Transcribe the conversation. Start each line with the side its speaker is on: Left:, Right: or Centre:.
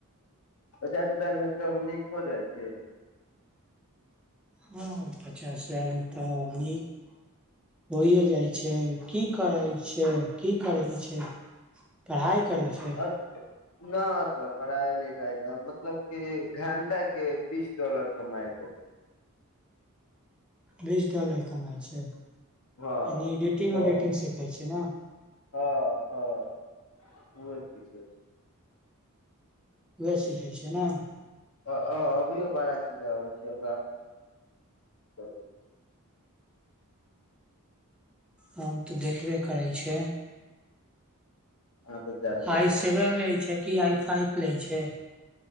Left: पच्चास हजार मे एकदम नीक हो जाइ छैय
Centre: हँ पच्चास हजार मे तऽ नीक होइए जाइ छै की करैय छैय की करैत छै पढ़ाइ करै छै
Left: <inaudible> न तऽ पढ़ाइ लिखाइ न मतलब कि घंटाके बीस डॉलर कमायबै
Centre: बीस डॉलर कमाइ छै यानि
Left: हँ
Centre: इडिटिंग
Left: बस
Centre: उडिटिंग सिखैय छैय न
Left: हँ हँ उहो सिखै
Centre: उएह सीखै छियै न
Left: अ हाॅं अभियो बड़ा चीज आबै छैय <unintelligible>
Centre: हम तऽ देखबे करै छै
Left: अहाँ तऽ जानबे
Centre: हाइ
Left: करू
Centre: सेवेन लै छै की आइ फाइप लै छै